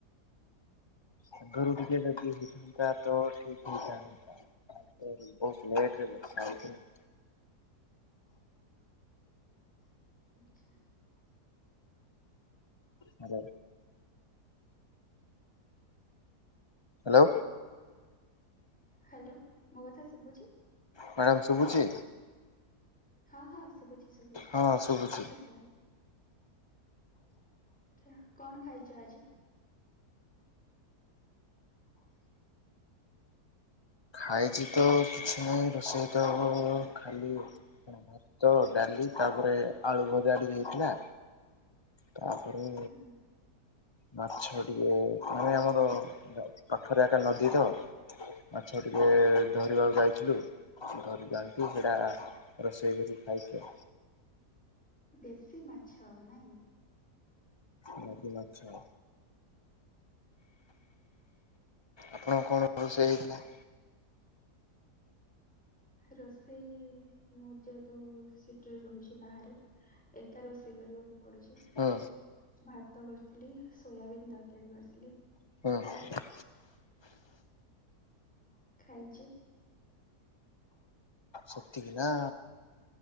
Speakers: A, on the left; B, in the centre.
A: ଆଗରୁ ଟିକେ ହେ ଇଏ ହେଇଥାନ୍ତା ତ ଠିକ୍ ହେଇଥାନ୍ତା ଆଗରୁ ବୋହୁତ ଲେଟରେ ବର୍ଷା ହଉଛି ନା।
B: ଆଚ୍ଛା।
A: ହାଲୋ। ହାଲୋ।
B: ହାଲୋ ମୋ କଥା ଶୁଭୁଛି।
A: ମାଡାମ୍ ଶୁଭୁଚି।
B: ହଁ ହଁ ଶୁଭୁଚି ଶୁଭୁ
A: ହଁ ଶୁଭୁଛି।
B: ଜାଣି ପେ ଛ କଣ ଖାଇଛ ଆଜି?
A: ଖାଇଚି ତ କିଛି ନାହିଁ ରୋଷେଇ ତ ହବ ଖାଲି ଅ ଭାତ ଡାଲି ତାପରେ ଆଳୁ ଭଜା ଟିକେ ହୋଇଥିଲା। ତାପରେ
B: ହୁଁ
A: ମାଛ ଟିକେ ମାନେ ଆମର ପା ପାଖରେ ହେଟା ନଦୀ ତ ଆଛା ଟିକେ
B: ହଁ
A: ଧରିବାକୁ ଯାଇଥିଲୁ ଧରିବା ଆଣିକି ସେଇଟା ରୋଷେଇ କରିକ ଖାଇଛୁ ଆଉ।
B: ଦେଶୀ ମାଛ ନାଇଁ।
A: ନଦୀ ମାଛ। ଆପଣଙ୍କ କଣ ରୋଷେଇ ହେଇଥିଲା।
B: ରୋଷେଇ ମୁଁ ଯେହେତୁ ସିଟିରେ ରହୁଛି ବାହାରେ। ଏକା ରୋଷେଇ କରିବା କୁ ପଡୁଛି
A: ହୁଁ
B: ଭାତ କରିଥିଲି ସୋୟାବିନ୍ ତରକାରୀ କରିଥିଲି।
A: ହଁ।
B: ଖାଇଛି।
A: ସେତିକି ନା